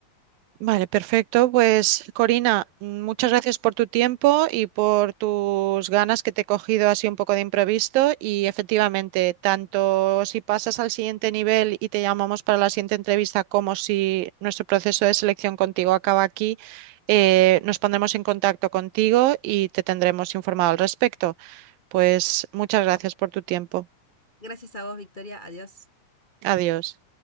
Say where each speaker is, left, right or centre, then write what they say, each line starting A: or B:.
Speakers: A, on the right; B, on the left.
A: Vale, perfecto. Pues Corina, mm, muchas gracias por tu tiempo y por tus ganas que te he cogido así un poco de imprevisto. Y efectivamente, tanto si pasas al siguiente nivel y te llamamos para la siguiente entrevista, como si nuestro proceso de selección contigo acaba aquí, eh, nos pondremos en contacto contigo y te tendremos informado al respecto. Pues muchas gracias por tu tiempo.
B: Gracias a vos, Victoria. Adiós.
A: Adiós.